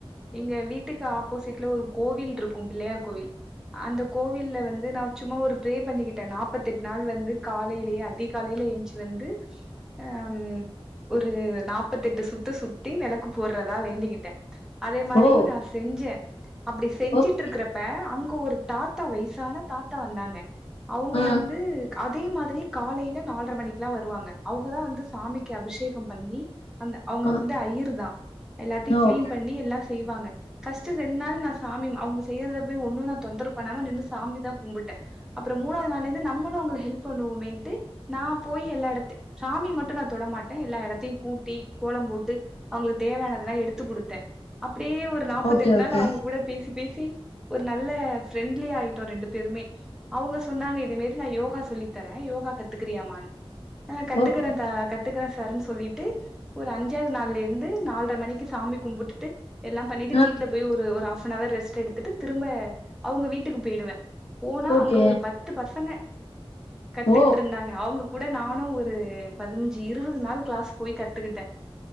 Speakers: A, in the centre; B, on the left (about 75°).
A: எங்க வீட்டுக்கு ஆப்போசிட்ல ஒரு கோவில் இருக்கு பிள்ளையார் கோவில் அந்த கோவில்ல வந்து நா சும்மா ஒரு ப்ரே பண்ணிக்கிட்டே நாற்பத்தெட்டு நாள் வந்து காலையிலேயே அதிகாலையில ஏஞ்சு வந்து அ ம் ஒரு நாற்பத்தெட்டு சுத்து சுத்தி வெளக்கு போட்றதா வேண்டிக்கிட்டே அதே மாரி
B: ஓ
A: நா செஞ்சே அப்டி செஞ்சிட்ருக்கறப்
B: ஓகே
A: ப அங்க ஒரு தாத்தா வயசான தாத்தா வந்தாங்க அவங்க
B: ஆஹ்
A: வந்து அதே மாதிரி காலையில நால்ரை மணிக்கெல்லா வருவாங்க அவுங்கதா வந்து சாமிக்கு அபிஷேகம் பண்ணி அந்த அவங்க
B: ஆஹ்
A: வந்து அய்யிறு தா எல்லாத்தையு கிளீன்
B: ஓகே
A: பண்ணி எல்லா செய்வாங்க பஸ்ட் ரெண் நாள் நா சாமி அவுங்க செய்யறத போய் ஒன்னு நாத் தொந்தரவு பண்ணாம நின்னு சாமி தா கும்பிட்டே அப்புற மூனாவது நாள்லருந்து நம்மளு அவங்க ளுக் ஹெல்ப் பண்ணுவோமேன்ட்டு நா போய் எல்லா எடத்தையு சாமி மட் மட்டு தொட மாட்டே எல்லா எடத்தையு கூட்டி கோலம் போட்டு அவங்களுக்கு தேவையானதெல்லா எடுத்து குடுத்தே அப்டியே ஒரு நாப்பத்தெட்டு
B: ஓகே ஓகே
A: நாள் அவங்க கூட பேசி பேசி ஒரு நல்ல ஃப்ரெண்ட்லி ஆயிட்டோ ரெண்டு பேருமே அவுங்க சொன்னாங்க இந்த மாரி நா யோகா சொல்லித்தரே யோகா கத்துக்கிறியாமான்னு அ கத்துக்கறே
B: ஓகே
A: தா கத்துக்கறே சார்ன்னு சொல்லிட்டு ஒரு அஞ்சாவது நாள்ல இருந்து நால்ரை மணிக்கு சாமி கும்பிட்டுட்டு எல்லா பண்ணிட்டு
B: ஆஹ்
A: வீட்ல போய் ஒரு ஹாப் அன் ஹவர் ரெஸ்ட் எடுத்துட்டு திரும்ப அவங்க வீட்டுக்கு போயிடுவேன் போன
B: ஓகே
A: அங்க ஒரு பத்து பசங்க கத்துக்கிட்டு
B: ஓ
A: இருந்தாங்க அவங்க கூட நானு ஒரு ஒரு பதினஞ்சு இருவது நாள் கிளாஸ் போய் கத்துக்கிட்டே